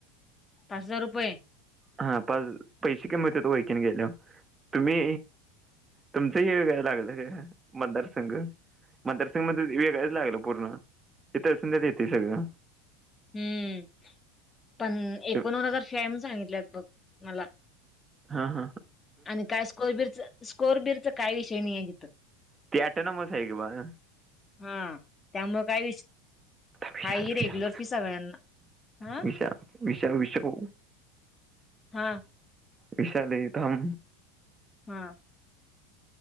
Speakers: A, on the left; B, on the right.
A: पाच हजार रुपये,
B: हा पाच, पैसे कमी होत्यात वळखीन गेल्यावर तुम्ही, तुमचं ही हे, वेगळं लागलं गं मतदारसंघ. मतदारसंघ मध्ये वेगळंच लागलं पूर्ण <unintelligible> सगळं
A: हम्म पण एकोणनव्वद
B: ते-
A: हजार फी आहे. म्हणून सांगितलेत बघ मला,
B: हा हा,
A: आणि काय स्कोरबीरच, स्कोरबीरच काय विषय नाही ये तिथं.
B: ती ॲटोनॉमस आहे की बा आता
A: हा, त्यामुळे काय विष
B: विशाल
A: हा रेग्युलर
B: विशाल
A: फी सगळ्यांना हा
B: विशाल विशाल विशाल
A: हा
B: विशाली तम
A: हा